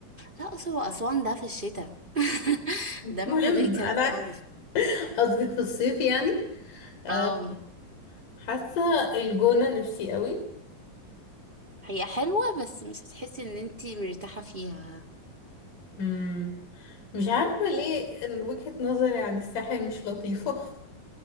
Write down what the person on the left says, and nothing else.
مش
مهم
أنا
<laughs> قصدك في الصيف يعني أه،
حاسة الجونة نفسي أوي
مم. مش عارفة ليه إن وجهة نظري عن الساحل مش لطيفة <laughs>